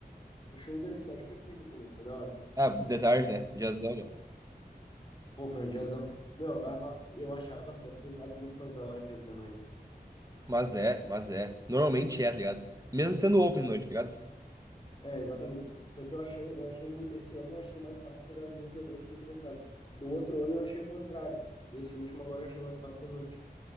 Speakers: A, on the left; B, on the right.
A: O show do L7 foi pica também, foi da hora.
B: Ah, de né? Diazão, meu.
A: Pô, foi um diazão. Meu, a- a- eu achava as festas de tarde muito mais da hora que as de noite.
B: Mas é, mas é. Normalmente é, tá ligado? Mesmo sendo open noite, tá ligado?
A: É, exatamente. Só que eu achei, eu achei, mui- esse ano eu achei mais fácil pegar as minhas de noite do que de tarde. No outro ano eu achei o contrário. Nesse último agora eu achei mais fácil de noite.